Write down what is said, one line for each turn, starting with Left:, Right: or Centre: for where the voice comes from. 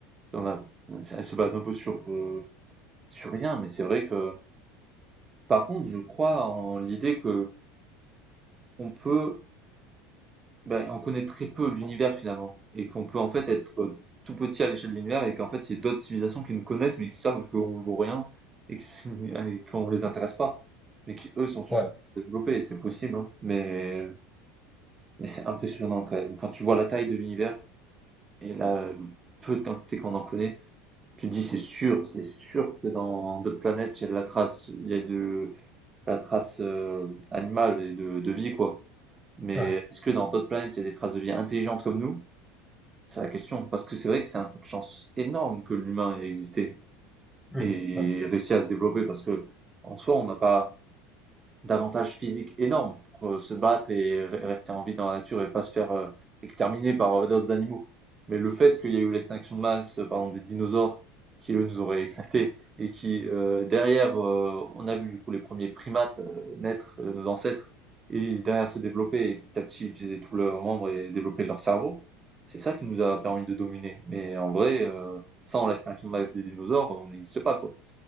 Right: On a, elle se base un peu sur, euh, sur rien, mais c'est vrai que, par contre, je crois en l'idée que on peut, ben, on connaît très peu l'univers finalement, et qu'on peut en fait être tout petit à l'échelle de l'univers, et qu'en fait, il y a d'autres civilisations qui nous connaissent, mais qui savent qu'on vaut rien, et que c'est- <laughs> et qu'on les intéresse pas, mais qui eux sont su-
Centre: Ouais,
Right: développés, et c'est possible, hein. Mais, mais c'est impressionnant quand même. Quand tu vois la taille de l'univers, et la peu de quantité qu'on en connaît, Tu dis c'est sûr, c'est sûr que dans d'autres planètes, il y a de la trace, il y a de la trace euh, animale et de, de vie, quoi. Mais
Centre: ouais,
Right: est-ce que dans d'autres planètes, il y a des traces de vie intelligentes comme nous? C'est la question. Parce que c'est vrai que c'est un coup de chance énorme que l'humain ait existé
Centre: hmm,
Right: et
Centre: ouais,
Right: réussi à se développer parce que en soi, on n'a pas d'avantage physique énorme pour euh, se battre et re- rester en vie dans la nature et pas se faire euh, exterminer par euh, d'autres animaux. Mais le fait qu'il y ait eu l'extinction de masse, euh, par des dinosaures, qui eux nous auraient éclatés, et qui euh, derrière, euh, on a vu du coup les premiers primates euh, naître, euh, nos ancêtres, et derrière se développer, et petit à petit utiliser tous leurs membres et développer leur cerveau, c'est ça qui nous a permis de dominer. Mais en vrai, euh, sans l'extinction de masse des dinosaures, on n'existe pas, quoi.